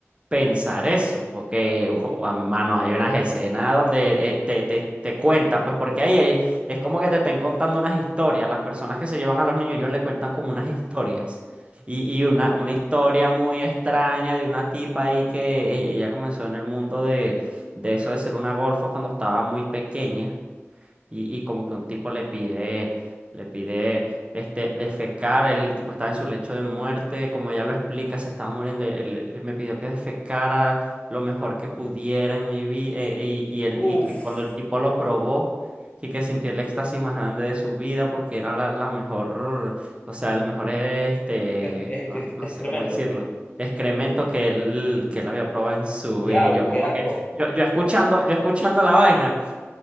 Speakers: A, on the right (about 25°); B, on the left (about 30°).
A: pensar eso? Porque, ojo, a- mano, hay unas escenas donde eh, te, te, te cuentan, pues porque ahí hay- es como que te estén contando unas historias. Las personas que se llevan a los niños, ellos le cuentan como unas historias. Y, y
B: <laughs> Ujú.
A: una, una historia muy extraña de una tipa ahí que ella, ella comenzó en el mundo de, de eso de ser una golfa cuando estaba muy pequeña y, y como que un tipo le pide, le pide este, defecar, el tipo estaba en su lecho de muerte, como ya lo explica, se estaba muriendo, él- él me pidió que defecara lo mejor que pudiera en mi vida, y, y, él-
B: Uf,
A: y que cuando el tipo lo probó, y que sintió el éxtasis más grande de su vida porque era la, la mejor, o sea, el mejor, este,
B: es, que- es,
A: no,
B: que- es
A: no
B: excremento.
A: sé cómo decirlo. excremento que él, que él había probado en su
B: Diablo,
A: vida y yo como
B: qué asco.
A: que yo, yo escuchando yo escuchando la vaina